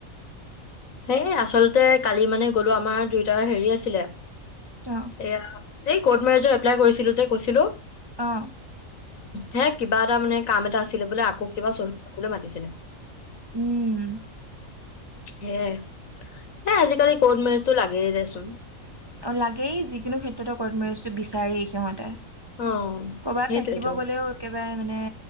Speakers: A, on the left; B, on the right.
A: সেই আচলতে কালি মানে গলো আমাৰ দুইটাৰ হেৰি আছিলে।
B: অ',
A: সেইয়া-। এই কৰ্ট মেৰেইজৰ এপ্লাই কৰিছিলো যে কৈছিলো।
B: অঁ।
A: হে কিবা এটা মানে কাম এটা আছি-। আছিলে বোলে আকৌ কিবা চ-। মাতিছিলে।
B: উম।
A: সেইয়ে আজিকালি কৰ্ট মেৰেজটো লাগেই দেচোন।
B: অ লাগেই যিকোনো ক্ষেত্ৰতে কৰ্ট মেৰেজটো বিচাৰেই সিহঁতে।
A: অ
B: কৰ'বাত
A: সেইটোয়েতো
B: থাকিব গ'লেও একেবাৰে মানে